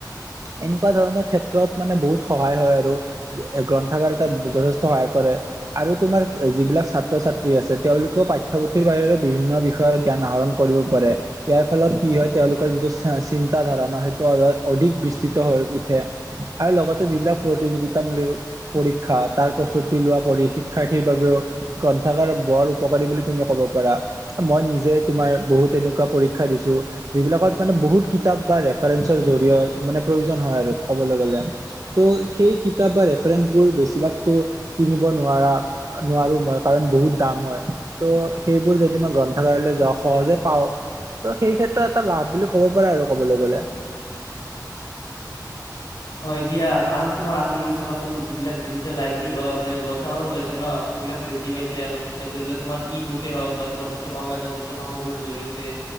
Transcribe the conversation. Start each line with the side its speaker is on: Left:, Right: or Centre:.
Right: এনেকুৱা ধৰণৰ ক্ষেত্ৰত মানে বহুত সহায় হয় আৰু গ্ৰন্থাগাৰত যথেষ্ট সহায় কৰে। আৰু তোমাৰ যিবিলাক ছাত্ৰ ছাত্ৰী আছে তেওঁলোকেও পাঠ্যপুথিৰ বাহিৰেও বিভিন্ন বিষয়ৰ জ্ঞান আহৰণ কৰিব পাৰে, ইয়াৰ ফলত কি হয় তেওঁলোকৰ যিটো চিন্তা ধাৰা ন, সেইটো অধিক বিস্তৃত হৈ উঠে আৰু লগতে যিবিলাক প্ৰতিযোগিতামূল পৰীক্ষা, তাৰ প্ৰস্তুতি লোৱা পৰিশিক্ষাৰ্থীৰ বাবেওঁ গ্ৰন্থাগাৰ বৰ উপকাৰী বুলি তুমি ক'ব পাৰা। মই নিজে তোমাৰ বহুত এনেকুৱা পৰীক্ষা দিছো, যিবিলাকত মানে বহুত কিতাপ বা ৰেফাৰেঞ্চৰ জৰিয়ত, মানে প্ৰয়োজন হয় আৰু কবলৈ গলে ল। ত' সেই কিতাপ বা <unintelligible> বোৰ বেছিভাগতো কিনিব নোৱাৰা, নোৱাৰোঁ মই কাৰণ বহুত দাম হয়। ত' সেইবোৰ যদি মই গ্ৰন্থগাৰলৈ যাওঁ, সহজে পাওঁ, ত' সেই ক্ষেত্ৰত এটা লাভ বুলি ক'ব পৰা আৰু ক'বলৈ গ'লে।
Left: হয় দিয়া আৰু তোমাৰ আজি কালি চাবা চোন যিবিলাক ডিজিটেল লাইব্ৰেৰী, অ', মানে গ্ৰন্থাগাৰো ওলাইছে ন, এইবিলাক বৃদ্ধি <unintelligible> পাইছে আৰু, এই ধৰি লও তোমাৰ ই বুকেই হওক বা তোমাৰ যিটো অনলাইনৰ যিটো সামগ্ৰীৰ জৰিয়তে